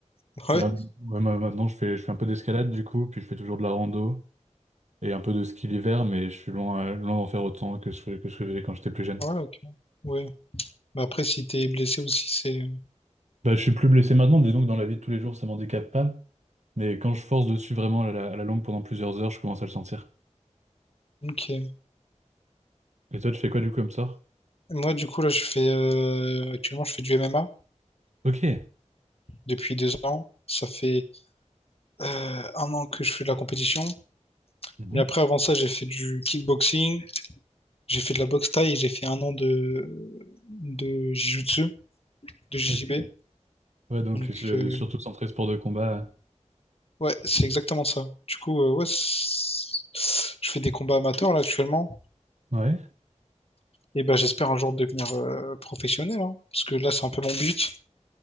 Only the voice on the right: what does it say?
ouais, ouais, moi, maintenant, je fais, je fais un peu d'escalade du coup, puis je fais toujours de la rando et un peu de ski l'hiver, mais je suis loin, euh, loin d'en faire autant que ce que ce que je faisais quand j'étais plus jeune.
Bah, je suis plus blessé maintenant, disons que dans la vie de tous les jours, ça m'handicape pas, mais quand je force dessus vraiment à la, à la longue pendant plusieurs heures, je commence à le sentir.
Et toi, tu fais quoi du coup comme ça?
Ok.
Mhm.
Ok. Ouais, donc
euh,
surtout centré sport de combat.
Ouais,